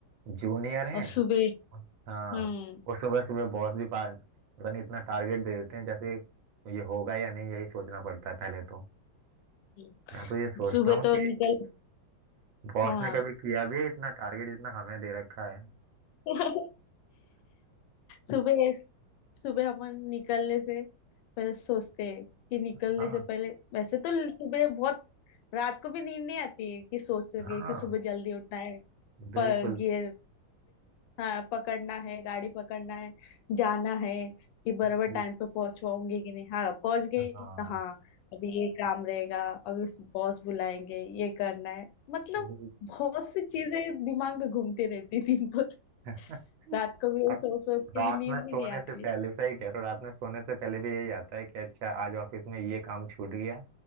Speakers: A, on the right; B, on the left.
A: जूनियर हैं
B: और सुबह
A: उन- हाँ
B: हम्म
A: और सुबह सुबह बॉस भी पा पता नहीं इतना टारगेट दे देते हैं जैसे ये होगा या नहीं यही सोचना पड़ता है पहले तो
B: हम्म,
A: मैं तो ये सोचता
B: सुबह
A: हूँ
B: तो
A: कि
B: निकल
A: बॉस
B: हाँ
A: ने कभी किया भी है इतना टारगेट इतना हमें दे रखा है
B: <laughs> सुबह सुबह अपन निकलने से पहले सोचते हैं कि निकलने
A: हाँ
B: से पहले वैसे तो सुबह बहुत रात को भी नींद नहीं आती है कि सोच रही
A: हाँ
B: है कि सुबह जल्दी उठना है
A: बिल्कुल
B: पर ये हाँ पकड़ना है गाड़ी पकड़ना है जाना है कि बराबर
A: बिल्कुल
B: टाइम पे पहुंच पाऊंगी कि नहीं हाँ पहुंच गई
A: हाँ
B: तो हाँ अभी ये काम रहेगा अभी बॉस बुलाएंगे ये करना है मतलब
A: वही।
B: बहुत सी चीजें दिमाग में घूमती रहती दिन भर
A: <laughs>
B: रात को भी यही
A: अब
B: सोच सोच के
A: रात
B: भी नींद
A: में सोने
B: भी नहीं
A: से
B: आती
A: पहले सही कह रहे हो रात में सोने से पहले भी यही आता है कि अच्छा आज ऑफिस में ये काम छूट गया